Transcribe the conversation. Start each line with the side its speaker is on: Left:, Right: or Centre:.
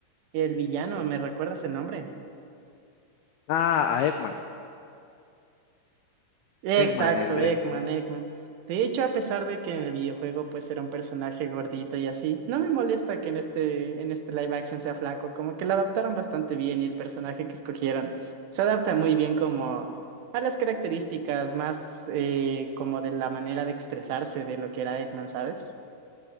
Right: el villano, ¿me recuerdas el nombre?
Left: Ah, a Eggman,
Right: Exacto,
Left: Eggman, el,
Right: Eggman,
Left: el,
Right: Eggman. De hecho, a pesar de que en el videojuego pues era un personaje gordito y así, no me molesta que en este, en este live action sea flaco, como que lo adaptaron bastante bien y el personaje que escogieron se adapta muy bien como a las características más eh, como de la manera de expresarse de lo que era Eggman, ¿sabes?